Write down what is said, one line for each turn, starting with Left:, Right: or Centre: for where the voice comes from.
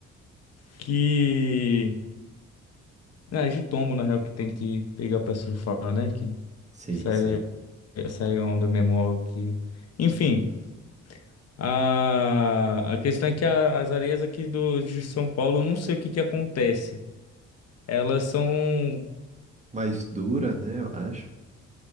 Left: que, ah, de tombo, na real, que tem que pegar pra surfar, né, que
Right: Sim,
Left: sai,
Right: sim.
Left: sai a onda mesmo aqui. Enfim, a, a questão é que a- as areias aqui do, de São Paulo, eu não sei o que que acontece. Elas são,
Right: Mais dura, né, eu acho.